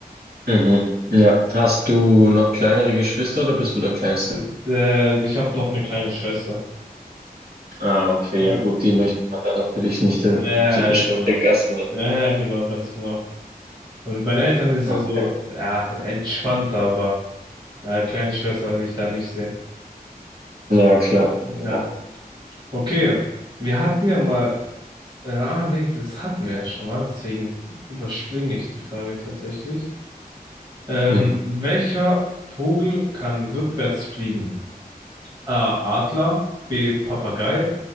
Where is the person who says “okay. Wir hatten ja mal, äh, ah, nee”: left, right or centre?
Right